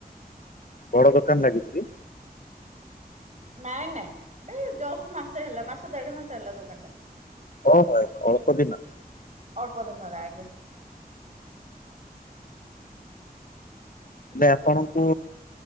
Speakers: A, on the left (about 60°); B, on the right (about 45°).
A: ବଡ଼ ଦୋକାନ୍ ଲାଗିଚି କି?
B: ନାଇଁ ନାଇଁ ଏ ଜଷ୍ଟ ମାସେ ହେଲା ମାସେ ଦେଢ଼ ମାସେ ହେଲା ଦୋକାନ୍ ଟା।
A: ଓହେ ଅଳପ ଦିନ୍
B: ଅଳ୍ପ ଦିନର ଆଜ୍ଞା।
A: ହେଲେ ଆପଣଙ୍କୁ